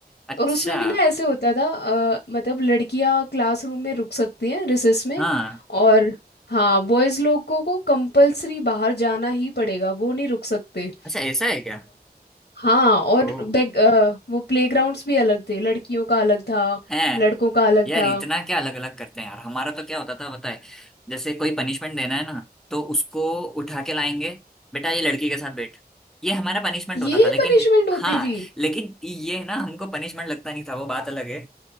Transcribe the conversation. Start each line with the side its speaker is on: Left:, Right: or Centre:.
Centre: अच्छा
Left: और उसमें भी ना ऐसे होता था अ, मतलब लड़कियां क्लासरूम में रुक सकती हैं रिसेस में
Centre: हाँ
Left: और हाँ बॉयज लोगों को कंपलसरी बाहर जाना ही पड़ेगा वो नहीं रुक सकते
Centre: अच्छा ऐसा है क्या
Left: हाँ और
Centre: ओ
Left: बैक अ, वो प्लेग्राउंड्स भी अलग थे लड़कियों का अलग था
Centre: है
Left: लड़कों का अलग
Centre: यार
Left: था
Centre: इतना क्या अलग अलग करते हैं यार हमारा तो क्या होता था बताए जैसे कोई पनिशमेंट देना है ना तो उसको उठा के लाएंगे बेटा ये लड़की के साथ बैठ ये हमारा पनिशमेंट
Left: ये
Centre: होता था लेकिन
Left: पनिशमेंट होती
Centre: हाँ
Left: थी
Centre: लेकिन ये ना हमको पनिशमेंट लगता नहीं था वो बात अलग है